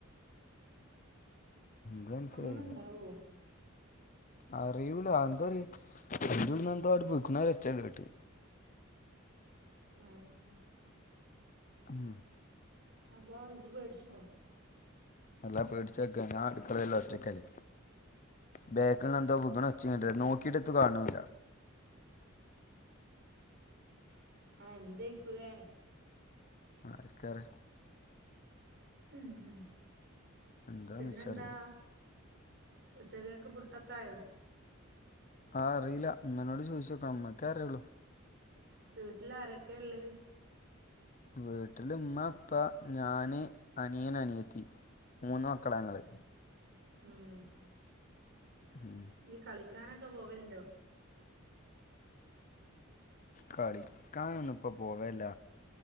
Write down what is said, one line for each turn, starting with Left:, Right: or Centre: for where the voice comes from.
Left: <unintelligible>
Right: അങ്ങനെ
Left: കഴിയൂല്ല
Right: ഉണ്ടാവോ
Left: ആറിയൂല എന്തോര് ഇതിൽന്ന് എന്തോ ഒര് സിഗ്നൽ ഒച്ചയങ്ങ് കേട്ട്
Right: ഉം
Left: ഉം
Right: അപ്പോ ഇജ് പേടിച്ചോ?
Left: എല്ലാ പേടിച്ചാക്കാ ഞാൻ അടുക്കളേല് ഒറ്റക്കല്ലേ ബേക്ക എന്തോ വച്ചണ്ട നോക്കിട്ടത്ത് കാണില്ല
Right: ആഹ് എന്തായിക്കൂലേ
Left: ആരിക്കറിയാ
Right: ഉം ഉം
Left: എന്താന്ന്
Right: പിന്നെന്താ
Left: വെച്ചറിയില്ല
Right: ഉച്ചക്കേക്ക് ഫുഡൊക്കെ ആയോ?
Left: ആഹ് അറിയില്ല ഉമ്മനോട് ചോദിച്ചോക്കണം ഉമ്മക്കേ അറിയുള്ളൂ
Right: വീട്ടില് ആരൊക്കെയാള്ളേ?
Left: വീട്ടില് ഉമ്മ ഉപ്പാ ഞാന് അനിയൻ അനിയെത്തി മൂന്നു മക്കളാ ഞങ്ങള്
Right: ഉം
Left: ഉം
Right: <unintelligible> കളിക്കാനൊക്കെ പോവലുണ്ടോ?
Left: കളിക്കാനൊന്നും ഇപ്പോ പോവലില്ല